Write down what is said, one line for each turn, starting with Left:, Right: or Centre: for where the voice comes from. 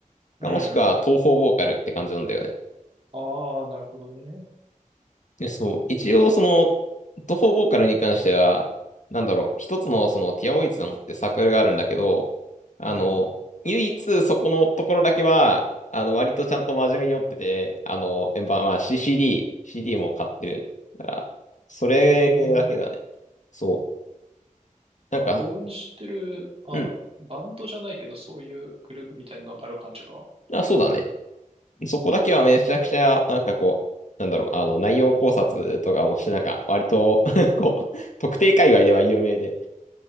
Right: うん。
Left: か、もしくは東方ボーカルって感じなんだよね。
Right: ああ、なるほどね。
Left: で、そう、一応その、東方ボーカルに関しては、なんだろう、一つのそのティアオイツのってサークルがあるんだけど、あの、
Right: うん。
Left: 唯一そこのところだけは、あの、割とちゃんと真面目に追ってて、あの、えまあ、まあ CCD、CD も買ってるから、それだけだね。
Right: ええ
Left: そう。なんか、
Right: あ、応援してる、まあ、
Left: うん。
Right: バンドじゃないけど、そういうグループみたいなのがある感じか。
Left: あ、そうだね。そこだけはめちゃくちゃ、なんかこう、なんだろう、あの、内容考察とかもして、なんか、割と <laughs> こう、特定界隈では有名で、